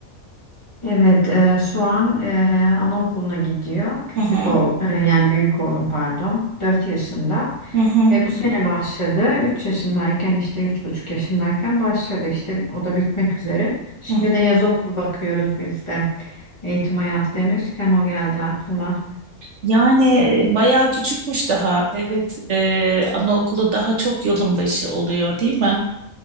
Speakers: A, on the left (about 20°); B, on the right (about 60°).
A: Evet, e, şu an e, anaokuluna gidiyor. Küçük
B: Hı hı,
A: oğul, e, yani büyük oğlum pardon, 4 yaşında.
B: hı hı,
A: E, bu sene başladı. 3 yaşındayken işte üç buçuk yaşındayken başladı. İşte bit- o da bitmek üzere. Şimdi
B: hı hı.
A: de yaz okulu bakıyoruz biz de. Eğitim hayatı demişken o geldi aklıma.
B: Yani e, bayağı küçükmüş daha. Evet, e, anaokulu daha çok yolun başı oluyor, değil mi?